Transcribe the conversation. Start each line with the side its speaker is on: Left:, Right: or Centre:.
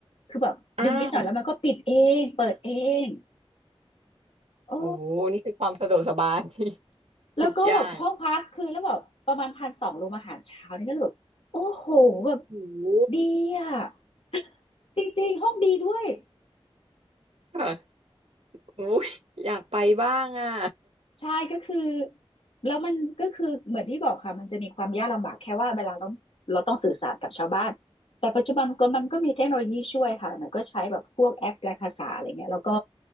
Left: คือแบบดึงนิดหน่อยแล้วมันก็ปิดเองเปิดเอง
Right: อ้าว
Left: โอ้
Right: โอ้โหนี่คือความสะดวกสบาย <laughs> ท
Left: แล้วก็แบบห้องพักคือแล้วแบบประมาณพันสองรวมอาหารเช้านี่ก็เลยแบบโอ้โหแบบ
Right: ทุกอย่างโอ้โห
Left: ดีอ่ะ <laughs> จริงๆห้องดีด้วย
Right: ค่ะโอ้ยอยากไปบ้างอ่ะ
Left: ใช่ก็คือแล้วมันก็คือเหมือนที่บอกค่ะมันจะมีความยากลำบากแค่ว่าเวลาเราเราต้องสื่อสารกับชาวบ้านแต่ปัจจุบันก็มันก็มีเทคโนโลยีช่วยค่ะหน่อยก็ใช้แบบพวกแอปแปลภาษาอะไรเงี้ยแล้วก็